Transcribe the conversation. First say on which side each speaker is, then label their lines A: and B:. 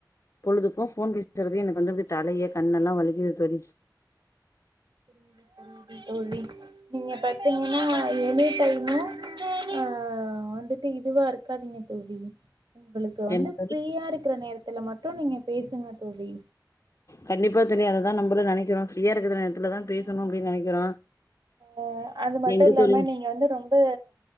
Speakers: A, on the left (about 45°); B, on the right (about 80°).
A: பொழுதுக்கோ ஃபோன் பேஸ்ட்றதே எனக்கு வந்து தலையே கண்ணெல்லா வலிக் <unintelligible>
B: <inaudible> தோழி நீங்க பத் தீங்கன்னா எனி டைய்மு ஆ வந்துட்டு இதுவா இருக்காதீங்க தோழி உங்களுக்கு வந்து
A: என்ன
B: ஃப்ரீயா
A: தோழி
B: இருக்கற நேரத்துல மட்டு நீங்க பேசுங்க தோழி
A: கண்டிப்பா தெரியு அததா நம்பளு நெனைக்கிறோ ஃப்ரீயா இருக்கற நேத்துல தா
B: ம்
A: பேசணு அப்டின்னு நெனைக்கிறோ
B: அ அது மட்டு
A: எங்க
B: இல்லாம
A: தோழி
B: நீங்க வந்து ரொம்ப